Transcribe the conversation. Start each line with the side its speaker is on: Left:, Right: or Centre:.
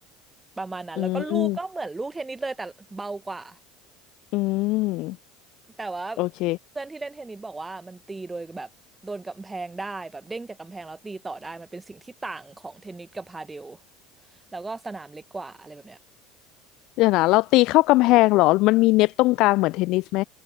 Right: ประมาณนั้นแล้วก็ลูกก็เหมือนลูกเทนนิสเลยแต่เบากว่า
Left: อืมอืม
Right: แต่ว่า
Left: โอเค
Right: เพื่อนที่เล่นเทนนิสบอกว่ามันตีโดยแบบโดนกำแพงได้แบบเด้งจากกำแพงแล้วตีต่อได้มันเป็นสิ่งที่ต่างของเทนนิสกับพาเดลแล้วก็สนามเล็กกว่าอะไรแบบเนี้ย
Left: เดี๋ยวนะเราตีเข้ากำแพงเหรอมันมีเน็ตตรงกลางเหมือนเทนนิสไหม